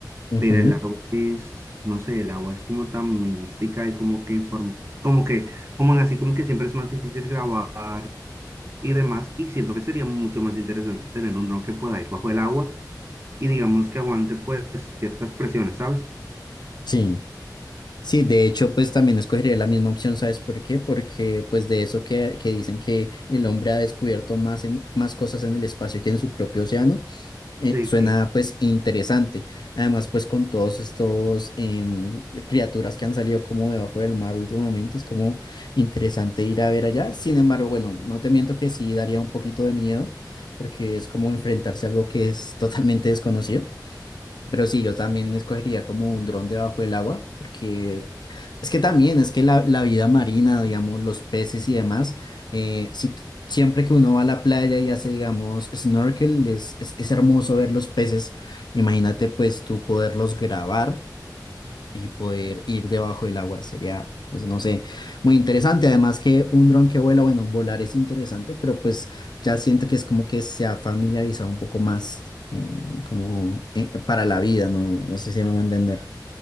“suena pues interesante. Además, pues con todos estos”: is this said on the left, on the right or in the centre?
Left